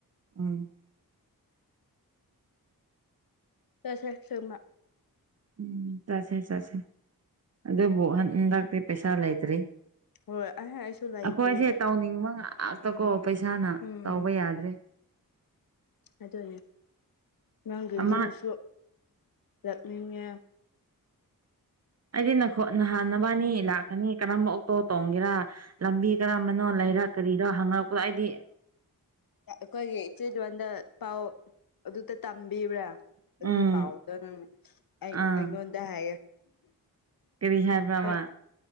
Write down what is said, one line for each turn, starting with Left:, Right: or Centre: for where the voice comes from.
Right: ꯎꯝ
Left: ꯆꯁꯦ ꯁꯦꯡꯕ
Right: ꯎꯝ ꯆꯠꯁꯦ ꯆꯠꯁꯦ ꯑꯗꯨꯕꯨ ꯍꯟꯗꯇꯤ ꯄꯩꯁꯥ ꯂꯩꯇ꯭ꯔꯤ
Left: ꯍꯣꯏ ꯑꯩ ꯑꯩꯁꯨ ꯂꯩꯇꯦ
Right: ꯑꯈꯣꯏꯁꯦ ꯇꯧꯅꯤꯡꯕ ꯉꯥꯛꯇꯀꯣ ꯄꯩꯁꯥꯅ
Left: ꯎꯝ
Right: ꯇꯧꯕ ꯌꯥꯗ꯭ꯔꯦ
Left: ꯑꯗꯨꯅꯤ ꯅꯪꯒꯤ
Right: ꯑꯃ
Left: ꯌꯨꯝꯁꯨ ꯆꯠꯅꯤꯡꯉꯦ
Right: ꯑꯩꯗꯤ ꯅꯈꯣ ꯅꯍꯥꯟ ꯅꯕꯥꯟꯅꯤ ꯂꯥꯛꯀꯅꯤ ꯀꯔꯝꯕ ꯑꯣꯛꯇꯣ ꯇꯣꯡꯒꯦꯔꯥ ꯂꯝꯕꯤ ꯀꯔꯝꯕ ꯅꯣ ꯂꯩꯔ ꯀꯔꯤꯔ ꯍꯪꯉꯛꯄ ꯑꯩꯗꯤ
Left: ꯑꯈꯣꯏꯒꯤ ꯏꯆꯦꯗꯣ ꯍꯟꯗꯛ ꯄꯥꯎ ꯑꯗꯨꯗ ꯇꯝꯕꯤꯕ꯭ꯔꯥ ꯑꯗꯨꯒꯤ
Right: ꯎꯝ
Left: ꯄꯥꯎꯗ ꯅꯪ ꯑꯩ
Right: ꯑꯥ
Left: ꯑꯩꯉꯣꯟꯗ ꯍꯥꯏꯌꯦ
Right: ꯕꯤ ꯍꯥꯏꯕ꯭ꯔ ꯃꯥ
Left: ꯍꯣꯏ